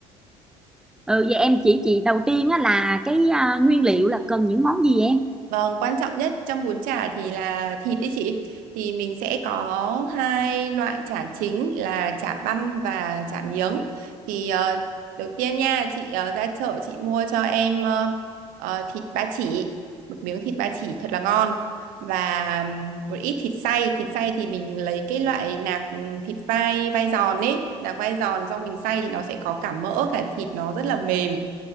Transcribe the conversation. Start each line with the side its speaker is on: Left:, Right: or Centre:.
Centre: Ừ vậy em chỉ chị đầu tiên á là cái à, nguyên liệu là cần những món gì em?
Right: Vâng, quan trọng nhất trong bún chả thì là thịt đấy chị. Thì mình sẽ có hai loại chả chính là chả băm và chả miếng. Thì ờ, đầu tiên nha, chị ờ, ra chợ chị mua cho em ờ, ờ, thịt ba chỉ, một miếng thịt ba chỉ thật là ngon và ừm, một ít thịt xay. Thịt xay thì mình lấy cái loại nạc ừm, thịt vai vai giòn ấy, nạc vai giòn xong mình xay thì nó sẽ có cả mỡ cả thịt nó rất là mềm